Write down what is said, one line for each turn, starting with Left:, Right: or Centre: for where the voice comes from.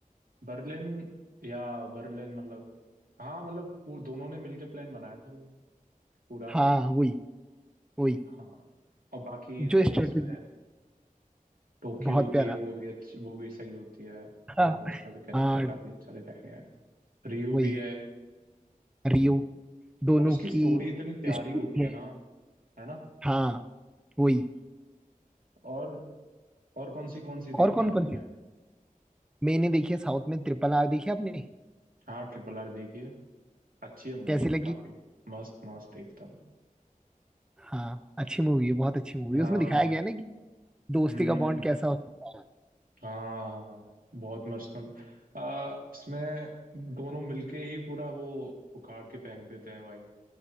Right: बर्लिन या बर्लिन मतलब हाँ मतलब पू- दोनों ने मिलके प्लान बनाया था वो पूरा
Centre: हाँ वही वही
Right: हाँ और बाकी
Centre: जो
Right: तो
Centre: स्ट्रेटेजी
Right: उसमें टोक्यो
Centre: बहुत
Right: होती
Centre: प्यारा
Right: है वो भी अच्छी वो भी सही होती है
Centre: हाँ
Right: मतलब उसका भी कैरेक्टर
Centre: हाँ
Right: काफी अच्छा दिखाया गया है रियो
Centre: वही
Right: भी है
Centre: रियो दोनों
Right: और उसकी स्टोरी
Centre: की
Right: इतनी प्यारी
Centre: स्टोरी
Right: होती है
Centre: है
Right: ना है ना
Centre: हाँ वही
Right: और और कौन सी कौन सी देखी
Centre: और कौन
Right: है आपने
Centre: कौन सी मैंने देखी है साउथ में ट्रिपल आर देखी है आपने
Right: हाँ ट्रिपल आर देखी है अच्छी है मूवी
Centre: कैसी लगी
Right: काफी मस्त मस्त एकदम
Centre: हाँ अच्छी मूवी है बहुत अच्छी मूवी
Right: हाँ
Centre: है उसमें दिखाया गया है ना कि दोस्ती
Right: हम्म
Centre: का बॉन्ड कैसा होता है
Right: हाँ बहुत मस्त आ, उसमें दोनों मिलके ही पूरा वो उखाड़ के फेंक देते हैं भाई